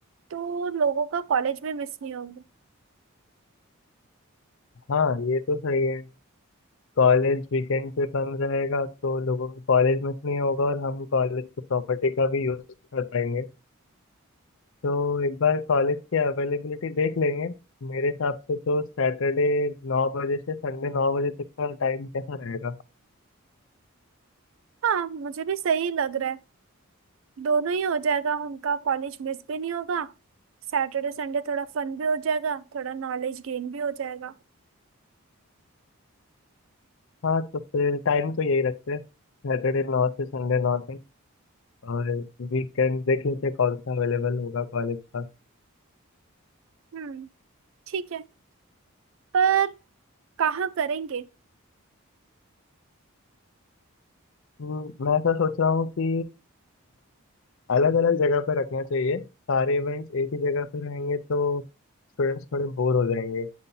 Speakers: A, on the right; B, on the left.
A: तो लोगों का कॉलेज में मिस नहीं होगा
B: हाँ ये तो सही है कॉलेज वीकेंड पे बंद रहेगा तो लोगों को कॉलेज मिस नहीं होगा और हम कॉलेज की प्रॉपर्टी का भी यूज कर पाएंगे तो एक बार कॉलेज की अवेलेबिलिटी देख लेंगे मेरे हिसाब से तो सैटरडे नौ बजे से संडे नौ बजे तक का टाइम कैसा रहेगा
A: हाँ मुझे भी सही लग रहा है दोनों ही हो जाएगा उनका कॉलेज मिस भी नहीं होगा सैटरडे संडे थोड़ा फन भी हो जाएगा थोड़ा नॉलेज गेन भी हो जाएगा
B: हाँ तो फिर टाइम तो यही रखते हैं सैटरडे नौ से संडे नौ तक और वीकेंड देख लेते हैं कौन सा अवेलेबल होगा कॉलेज का
A: हम्म ठीक है पर कहाँ करेंगे
B: हम्म, मैं ऐसा सोच रहा हूँ कि अलग अलग जगह पे रखना चाहिए सारे इवेंट्स एक ही जगह पे रहेंगे तो स्टूडेंट्स थोड़े बोर हो जाएंगे